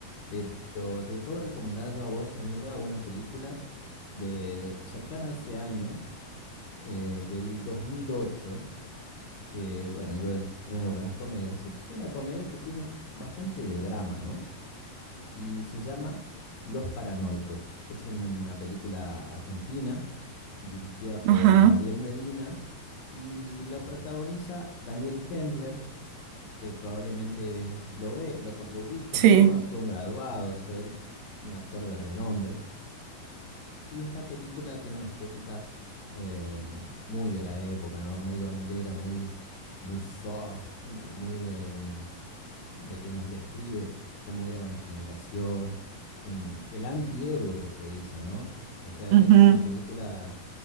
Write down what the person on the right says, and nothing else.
Ajá.
Sí.
ujú,